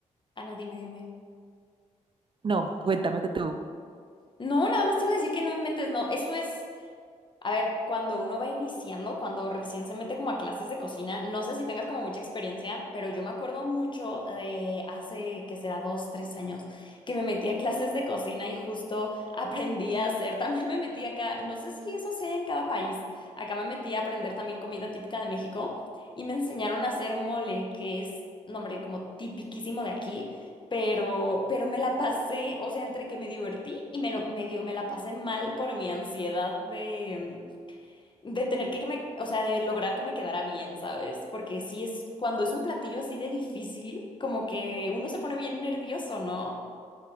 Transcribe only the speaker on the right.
No, cuéntame que tú.